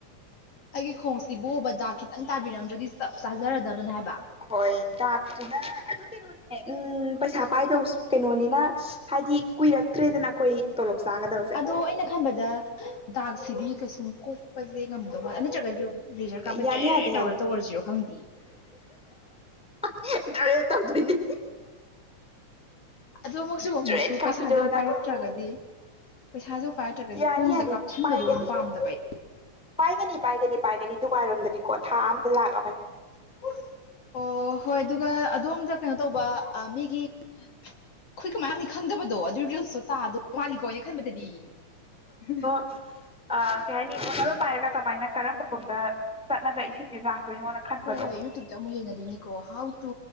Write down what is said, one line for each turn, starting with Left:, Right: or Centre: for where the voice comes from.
Left: ꯑꯩꯒꯤ ꯈꯣꯡꯁꯤꯕꯨ ꯕꯗꯥꯛ ꯈꯤꯇꯪ ꯇꯥꯕꯤꯔꯝꯗ꯭ꯔꯗꯤ ꯆꯞ ꯆꯥꯖꯔꯗꯕꯅꯦ ꯍꯥꯏꯕ꯫
Centre: ꯍꯣꯏ ꯗꯥꯛꯇꯨꯅ ꯑꯗꯨ ꯀꯩꯅꯣꯅꯦ ꯎꯝ ꯄꯩꯁꯥ ꯄꯥꯏꯗꯧꯁ ꯀꯩꯅꯣꯅꯤꯅ <unintelligible> ꯍꯥꯏꯗꯤ ꯀꯨꯏꯔꯛꯇ꯭ꯔꯦꯗꯅ ꯑꯩꯈꯣꯏ ꯇꯣꯂꯣꯞ ꯆꯥꯒꯗꯕꯁꯦ꯫
Left: ꯍꯣ ꯑꯩꯅ ꯈꯟꯕꯗ ꯗꯥꯛꯁꯤꯗꯤ ꯀꯩꯁꯨꯝ ꯀꯣꯛ ꯄꯁꯦ ꯉꯝꯗꯧ ꯃꯥꯟ ꯅꯠꯇ꯭ꯔꯒꯗꯤ ꯕ꯭ꯂꯦꯖꯔ ꯀꯥꯞꯄ
Centre: ꯌꯥꯅꯤ
Left: <unintelligible>
Centre: ꯌꯥꯅꯤ ꯌꯥꯅꯤ
Left: ꯇꯧꯔ ꯇꯧꯔꯁꯤꯔꯣ ꯈꯪꯗꯦ꯫
Centre: <inaudible> ꯗꯔ ꯇꯧꯗꯣꯏꯅꯦ꯫ <inaudible>
Left: ꯑꯗꯨ ꯑꯃꯨꯛꯁꯨ ꯑꯃꯨꯛꯁꯨ
Centre: ꯇ꯭ꯔꯦꯠ ꯀꯥꯞꯄꯤꯔꯣꯅ
Left: ꯄꯩꯁꯥꯁꯦ ꯑꯃꯨꯛ ꯄꯥꯏꯔꯛꯇ꯭ꯔꯒꯗꯤ ꯄꯩꯁꯥꯁꯨ ꯄꯥꯏꯇ꯭ꯔꯒꯗꯤ
Centre: ꯌꯥꯅꯤ
Left: ꯈꯣꯡꯁꯤꯗ
Centre: ꯌꯥꯅꯤ
Left: ꯀꯥꯞꯁꯤꯟꯕꯗꯣ
Centre: ꯄꯥꯏꯒꯅꯤ
Left: ꯃꯨꯛ ꯄꯥꯝꯗꯕ ꯑꯩ꯫
Centre: ꯄꯥꯏꯒꯅꯤ ꯄꯥꯏꯒꯅꯤ ꯄꯥꯏꯒꯅꯤ ꯗꯨꯕꯥꯏꯔꯣꯝꯗꯗꯤꯀꯣ ꯊꯥ ꯑꯝꯗ ꯂꯥꯛ ꯑꯃꯅꯦ꯫
Left: <unintelligible> ꯑꯣ ꯍꯣꯏ ꯑꯗꯨꯒ ꯑꯗꯣꯝꯗ ꯀꯩꯅꯣ ꯇꯧꯕ ꯑ ꯃꯤꯒꯤ <inaudible> ꯈꯣꯏ ꯀꯃꯥꯏ ꯍꯥꯞꯅꯤ ꯈꯪꯗꯕꯗꯣ ꯑꯗꯨ ꯔꯤꯜꯁꯇꯣ ꯇꯥꯗꯧ ꯃꯥꯜꯂꯤꯀꯣꯅ ꯑꯩꯅ ꯈꯟꯕꯗꯗꯤ꯫ <unintelligible>
Centre: ꯑ ꯀꯩ ꯍꯥꯏꯅꯤ ꯕꯣꯇꯜ ꯑꯃ ꯄꯥꯏꯔꯒ ꯀꯃꯥꯏꯅ ꯀꯔꯝꯕ ꯃꯐꯝꯗ ꯆꯠꯂꯒ ꯏꯁꯤꯡꯁꯦ ꯂꯥꯛꯇꯣꯏꯅꯣꯅ ꯈꯟꯕꯗꯣ
Left: ꯍꯣꯏ ꯍꯣꯏ ꯌꯨ ꯇꯨꯕꯇ ꯑꯃꯨꯛ ꯌꯦꯡꯅꯗꯣꯏꯅꯤꯀꯣ ꯍꯥꯎ ꯇꯨ